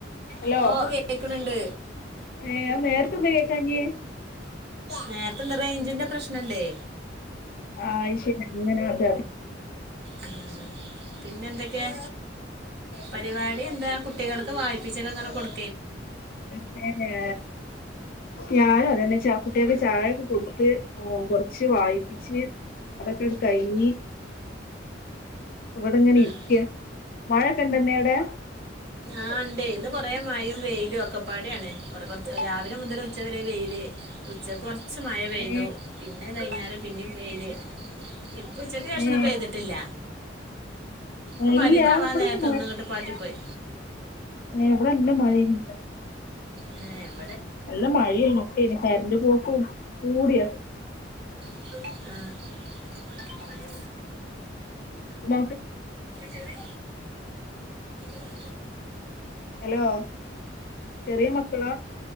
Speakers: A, on the left; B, on the right.
A: ഹലോ
B: ഇപ്പൊ കേക്കണണ്ട്
A: ഏ നേരത്തെന്താ കേക്കാഞ്ഞെ
B: നേരത്തെ എന്താ റേഞ്ചിന്റെ പ്രശ്ന ഇണ്ടേ
A: ആഹ ഷയ അങ്ങനെ അത
B: ആ പിന്നെ എന്തൊക്കെയ പരിപാടി എന്താ കുട്ടികൾ വായി്പിച്ചൊക്കഅങ്ങെ കൊടു
A: ഇപ്പോഴോ ഞാനും അതന്നെ ച കുട്ടിയൊക്കെ ചായൊക്കെ കൊടുത്ത് കൊറച്ച് വായിപ്പിച്ച് അതൊക്കെഅങ്ങട്ട് കഴഞ്ഞി ഇവിടെങ്ങനെ ഇരിക്ക
B: ആ
A: മഴൊക്കെ എണ്ടെന്നെ അവിടെ
B: ആ ഉണ്ടേ ഇന്ന് കുറേ മഴയും വെയിലും അക്കപ്പാടെ ആാണ് കുറ കുറച്ച് രാവിലെ മുതല് ഉച്ച വരെ വെയില് ഉച്ച കൊറച്ച് മഴ പെയ്തു
A: ഏ
B: പിന്നെ കൈഞ്ഞേരം പിന്നും വെയില് ഇപ്പൊ ഉച്ചക്ക് ശേഷംന്ന
A: ഏ
B: ഇന്ന് പെയ്തിട്ടില്ല അപ്പ മരിപ
A: ഇല്ല
B: അവ
A: ഇവിടൊക്കെ
B: നേരത്തെ ഒന്നും ഇങ്ങോട്ട് പാറ്റിപ്പോയി
A: എവിടെ ഇല്ല മഴ ഇണ്ട്
B: ഉം
A: നല്ല മഴയായിന് ഇപ്പോ ഇനി കരണ്ട് പോക്കും കൂടിയാ
B: ആ
A: ബ
B: ചെറിയ മക്കളാ <unintelligible>
A: ഹലോ ചെറിയ മക്കളാ